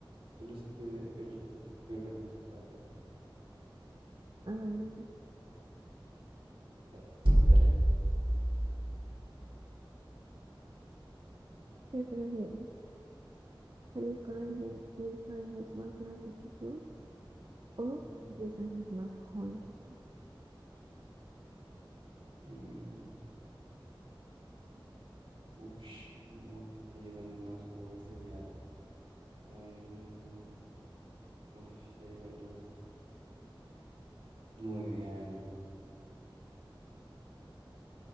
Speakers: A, on the right; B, on the right.
A: solo es el bebé, pero le tienes que pegar una cachetada pasita.
B: Ah, bueno, sí.
A: Listo, bien, gracias. Dale.
B: ¿Qué prefieres? ¿Salir con alguien 10 años más grande que tú o
A: Ujú.
B: diez años más joven que tú?
A: Mm, ush, no, pues que 10 años más joven sería. eh, ush, sería los nueve años.